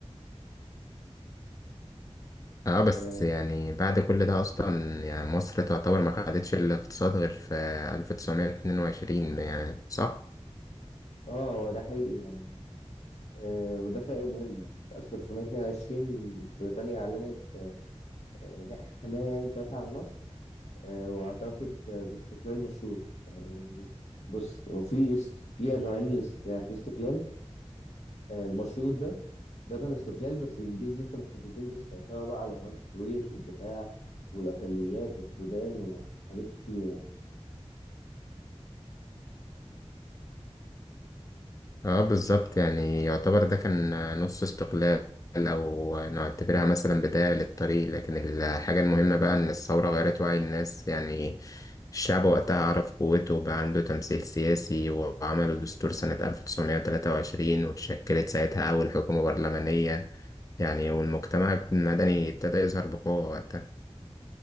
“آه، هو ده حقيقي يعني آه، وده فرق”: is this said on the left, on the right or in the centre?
Left